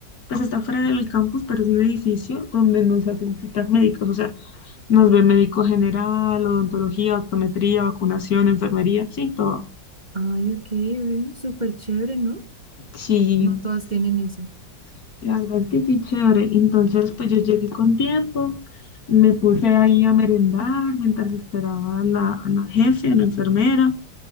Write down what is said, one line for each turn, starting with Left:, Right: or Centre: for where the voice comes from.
Left: pues está fuera del campus, pero es un edificio donde nos hacen citas médicas, o sea, nos ve médico general, odontología, optometría, vacunación, enfermería, sí, todo.
Right: Ay, ok, ven, súper chévere, ¿no?
Left: Sí,
Right: No todas
Left: sí,
Right: tienen eso.
Left: la verdad es que sí, chévere. Entonces, pues yo llegué con tiempo, me puse ahí a merendar mientras esperaba a la, a la jefe, a la enfermera.